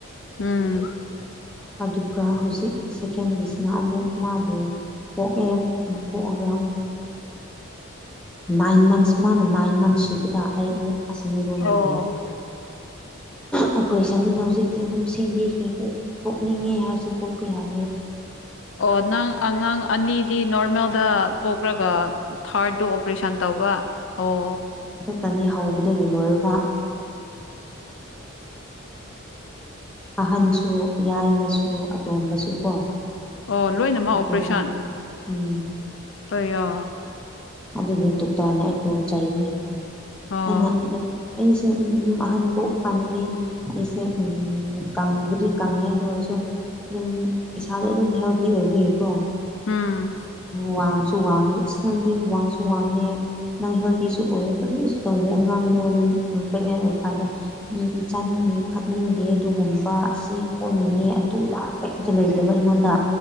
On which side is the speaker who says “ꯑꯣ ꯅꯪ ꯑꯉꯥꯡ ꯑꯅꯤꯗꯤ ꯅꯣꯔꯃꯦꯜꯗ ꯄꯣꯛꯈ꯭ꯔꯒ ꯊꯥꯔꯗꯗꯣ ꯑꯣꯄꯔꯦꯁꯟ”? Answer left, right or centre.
Left